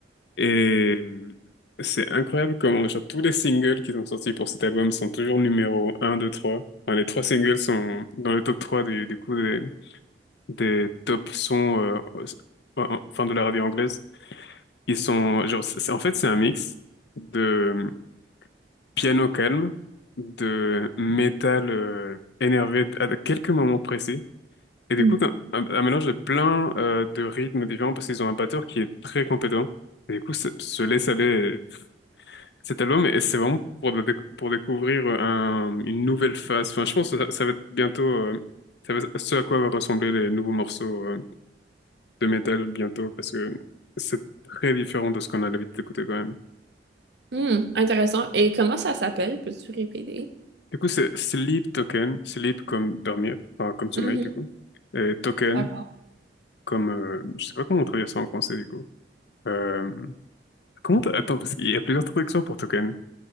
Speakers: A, on the left (about 65°); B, on the right (about 65°).
A: Et euh, c'est incroyable comment genre, tous les singles qu'ils ont sortis pour cet album sont toujours numéro un deux trois Enfin, les trois singles sont dans le top 3 du, du coup des, des top sons euh, en- en- enfin, de la radio anglaise. Ils sont genre c'est- c'est- en fait c'est un mix de euh, piano calme, de métal euh, énervé à quelques moments précis Et du
B: mhm.
A: coup, un, un mélange de plein euh, de rythmes différents parce qu'ils ont un batteur qui est très compétent. Et du coup, se se laisse aller euh, cet album et c'est vraiment pour, de- pour découvrir euh, un, une nouvelle phase. Enfin, je pense que ça, ça va être bientôt euh, ça va, ce à quoi va ressembler les nouveaux morceaux euh, de métal bientôt parce que c'est très différent de ce qu'on a l'habitude d'écouter quand même.
B: Hmm, intéressant. Et comment ça s'appelle? Peux-tu répéter?
A: Du coup, c'est Sleep Token, Sleep comme dormir, enfin comme sommeil
B: Mhm,
A: du coup, et Token
B: D'accord.
A: comme euh, je sais pas comment on traduit ça en français du coup. Euh, Comment t'as- Attends, parce qu'il y a plusieurs traductions pour token.